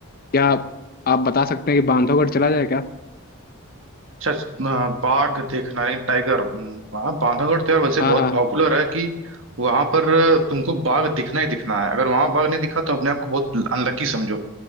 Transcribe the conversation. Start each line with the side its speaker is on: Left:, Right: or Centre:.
Left: क्या आप, आप बता सकते हैं कि बांधवगढ़ चला जाए क्या
Right: अच्छा अ, बाघ देखना नहीं टाइगर हम्म, वहाँ बांधवगढ़ तो यार वैसे
Left: हाँ
Right: बहुत
Left: हाँ
Right: पॉपुलर है कि वहां पर तुमको बाघ दिखना ही दिखना है अगर वहां बाघ नहीं दिखा तो अपने आप को बहुत अनलकी समझो